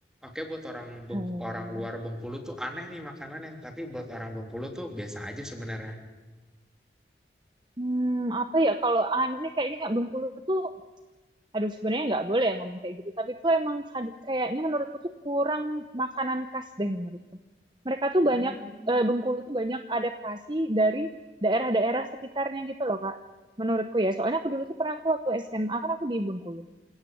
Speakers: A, in the centre; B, on the right.
A: oke buat orang Beng-
B: Hmm,
A: orang luar Bengkulu tuh aneh nih makanannya, tapi buat orang Bengkulu tuh biasa aja sebenarnya.
B: hmm, apa ya kalau aneh kayaknya Bengkulu tuh aduh sebenarnya nggak boleh ya ngomong kayak gitu tapi tuh emang kayaknya menurutku tuh kurang makanan khas deh menurutku mereka tuh
A: Hmm,
B: banyak eh, Bengkulu tuh banyak adaptasi dari daerah-daerah sekitarnya gitu loh Kak menurutku ya soalnya aku dulu tuh pernah tuh waktu SMA kan aku di Bengkulu